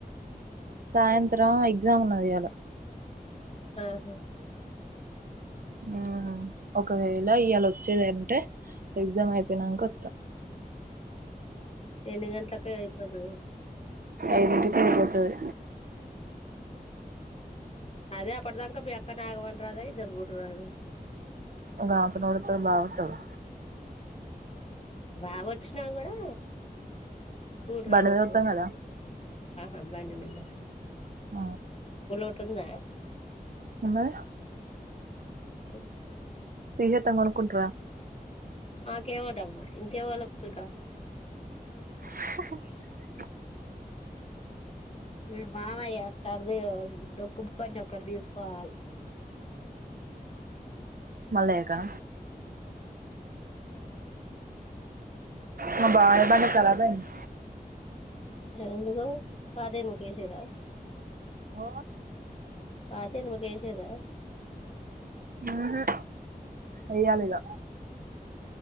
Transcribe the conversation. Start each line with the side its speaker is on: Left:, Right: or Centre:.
Right: సాయంత్రం ఎగ్జామ్ ఉన్నది ఇయ్యాల
Left: ఆహా
Right: ఆ ఒకవేళ ఇయాల వచ్చేది అంటే ఎగ్జామ్ అయిపోయినంకొస్తా
Left: ఎన్ని గంటలక అయిపోతది
Right: ఐదింటికి ఐపోతది
Left: అదే అప్పటిదాంక మీ అక్క నాగవన్ రాదా ఇద్దరు గుడ రాదు
Right: గ్రావతడుతో భావతోడు
Left: బాగా వచ్చిన కూడా కూడు
Right: బండి
Left: రావచ్చు
Right: మీద వత్తం కద
Left: ఆహా బండి మీద
Right: ఆ
Left: ఉలోటున్ద
Right: ఉన్నది
Left: ఓ
Right: తీసేస్తాం కొనుకుంట్రా
Left: మాకేం వద్దమ్మా ఇంకేవళకా
Right: <unintelligible>
Left: మీ మామయ్య అట్టాటిది డొక్కు బండి తీసుకొనిపోవాలి
Right: మల్లయ్య క మా బావ బండి కరాబయింది
Left: ఎందుకు పాత ఇనుపకేసిర్ర
Right: ఆ
Left: పాతను మకేషద
Right: ఆహా అయ్యాలిద